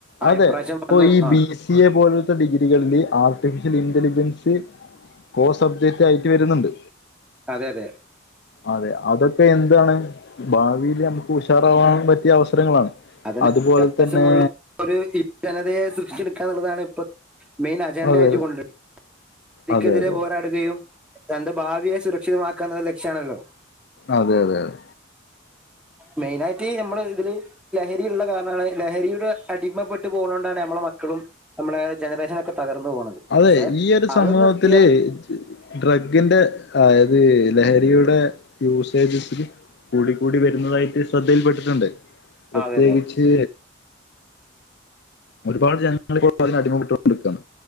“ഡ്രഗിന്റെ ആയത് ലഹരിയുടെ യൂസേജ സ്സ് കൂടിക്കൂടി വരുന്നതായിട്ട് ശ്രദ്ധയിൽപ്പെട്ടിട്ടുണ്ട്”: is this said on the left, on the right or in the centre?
Left